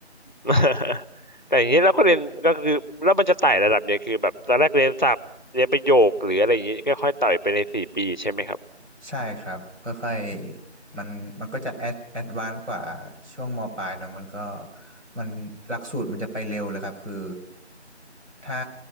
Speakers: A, on the left; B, on the right.
A: <laughs> แต่อย่างนี้เราก็เรียนก็คือแล้วมันจะไต่ระดับเนี่ยคือแบบตอนแรกเรียนศัพท์เรียนประโยคหรืออะไรอย่างนี้ก็ค่อยไต่ไปในสี่ปีใช่ไหมครับ
B: ใช่ครับค่อยๆมันมันก็จะแอดแอดวานซ์กว่าช่วงมปลายเนอะมันก็มันหลักสูตรมันจะไปเร็วเลยครับคือถ้า